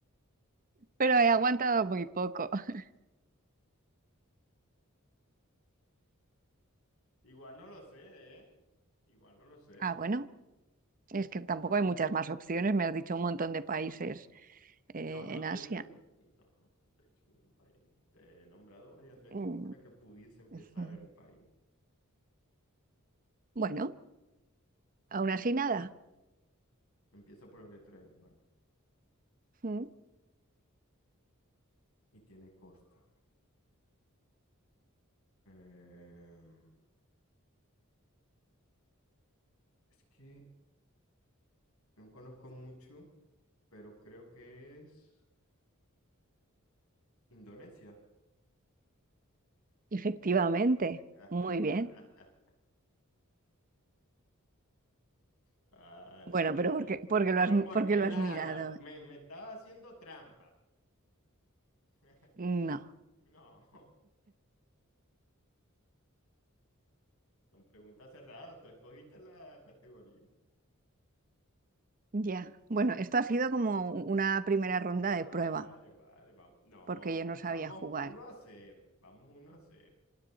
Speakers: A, on the right; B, on the left.
A: Pero he aguantado muy poco. <laughs>
B: Igual no lo sé, ¿eh? Igual no lo sé.
A: Ah, bueno, es que tampoco hay muchas más opciones. Me has dicho un montón de países eh,
B: No, no
A: en Asia.
B: te he dicho, no, no te he dicho ningún país. Te he nombrado varias letras
A: Mm,
B: por las que pudiese empezar
A: <laughs> ujú.
B: el país.
A: Bueno, aún así nada.
B: Empieza por la letra I, ¿vale?
A: Mm,
B: Y tiene costa. Em, es que no conozco mucho, pero creo que es Indonesia.
A: Efectivamente,
B: <laughs>
A: muy bien.
B: Vale,
A: Bueno,
B: vale.
A: pero ¿por qué, por qué
B: Pero
A: lo has,
B: porque
A: por qué lo
B: nada,
A: has mirado?
B: me, me estaba haciendo trampa. <laughs>
A: No,
B: No, son preguntas cerradas. Tú escogiste la categoría.
A: ya. Bueno, esto ha sido como una primera ronda de
B: Vale,
A: prueba,
B: vale, vamos. No,
A: porque yo no sabía
B: vamos
A: jugar.
B: uno a cero Vamos uno a cero